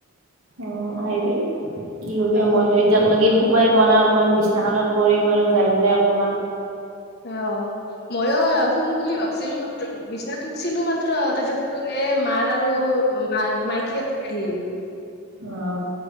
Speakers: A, on the right; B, on the left.
A: অ' আহিবি কি কবি
B: অ
A: মইতো এতিয়াক লাগি খোবাই পোৱা নাই অকনমান বিছনাখনত পৰিম আৰু যাই পেলাই অকণমান
B: অ' ময়ো শুম বুলি ভাবছিলো মাত্ৰ, বিচনাত উঠছিলো মাত্ৰ। তাৰপিছত আৰু এ মাৰ আৰু অ ম মাইকী আটা আহিল।
A: অ